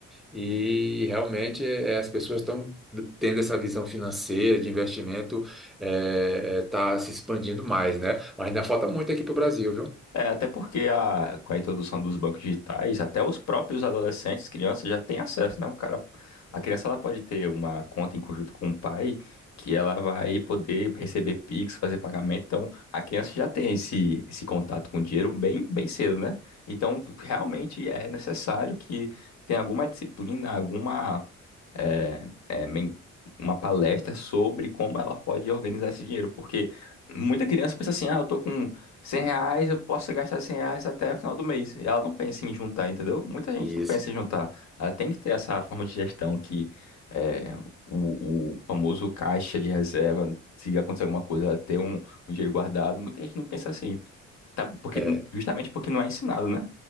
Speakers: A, in the centre; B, on the left.
A: E realmente é, as pessoas estão tendo essa visão financeira de investimento, está se expandindo mais, né? Mas ainda falta muito aqui para o Brasil, viu?
B: É, até porque a, com a introdução dos bancos digitais, até os próprios adolescentes, crianças já têm acesso, né? O cara, a criança ela pode ter uma conta em conjunto com o pai, que ela vai poder receber Pix, fazer pagamento. Então, a criança já tem esse, esse contato com o dinheiro bem, bem cedo, né? Então, realmente é necessário que tenha alguma disciplina, alguma é, é, men- uma palestra sobre como ela pode organizar esse dinheiro. Porque muita criança pensa assim, ah, eu tô com 100 reais, eu posso gastar 100 reais até o final do mês. E ela não pensa em juntar, entendeu? Muita gente
A: Isso.
B: não pensa em juntar. Ela tem que ter essa forma de gestão que é, o, o famoso caixa de reserva, se acontecer alguma coisa, ela ter um, um dinheiro guardado. Muita gente não pensa assim, tá? Porque,
A: É,
B: justamente porque não é ensinado, né?